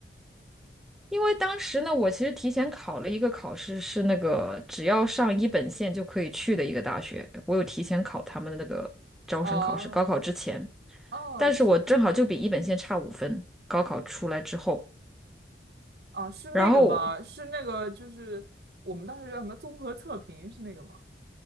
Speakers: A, in the centre; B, on the right.
A: 因为当时呢，我其实提前考了一个考试，是那个只要上一本线就可以去的一个大学，我有提前考他们的那个招生考试，
B: 哦
A: 高考之前，
B: 哦，
A: 但是我正好就比一本线差五分，
B: 是
A: 高考出来之后，
B: 哦，是那个吗？
A: 然后
B: 是那个，就是我们当时叫什么综合测评是那个吗？